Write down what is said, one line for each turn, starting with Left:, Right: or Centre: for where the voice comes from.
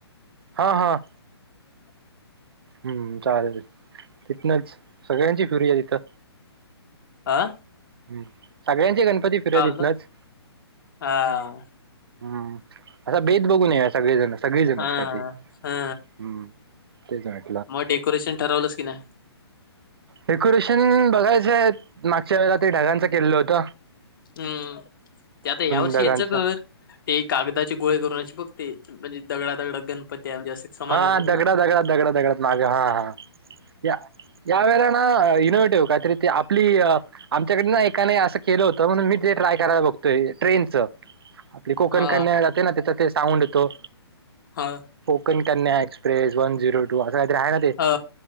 Right: हा हा.
Left: <inaudible>
Right: हम्म चालेल. तिथनंच सगळ्यांची फिरुया तिथं
Left: आं.
Right: हम्म सगळ्यांचे गणपती फिरुया हितनचं
Left: बोलता हा
Right: हम्म. असा बेत बघून या सगळेजण सगळेजणच
Left: हा
Right: काय ते हम्म
Left: हा
Right: ते जा हाय.
Left: मग डेकोरेशन ठरवलंस की नाय.
Right: डेकोरेशन बघायचंय मागच्या वेला ते ढगांच केलं होत.
Left: हम्म ते आता या वर्षी
Right: ढगांचं
Left: हेच कर ते कागदाची गोळे करूनची बघते, म्हणजे दगडा दगडात गणपत्या म्हणजे असे समजलं
Right: हा
Left: ना तुला
Right: दगडा दगडा दगडा दगडात माग हा हा या या वेळेला ना इनोव्हेटिव काहीतर ते आपली आमच्याकडे ना एकाने असं केलं होतं, म्हणून मी ते ट्राय करायला बघतोय ट्रेनचं. ते कोकण
Left: हा
Right: कन्या जाते ना, तिथ ते साऊंड येतो.
Left: हा
Right: Konkan Kanya express one zero two असं काहीतरी आहे ना ते
Left: हा